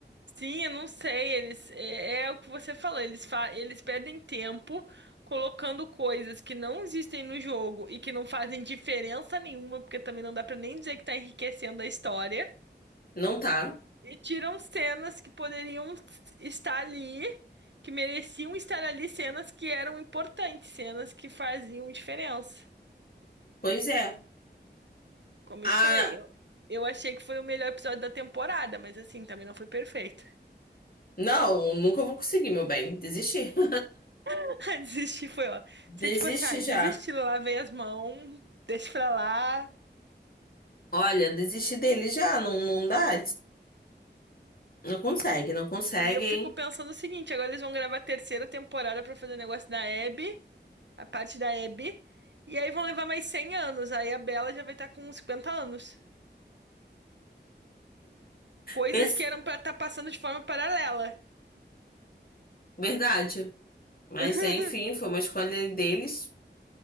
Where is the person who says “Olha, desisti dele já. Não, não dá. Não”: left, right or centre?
Left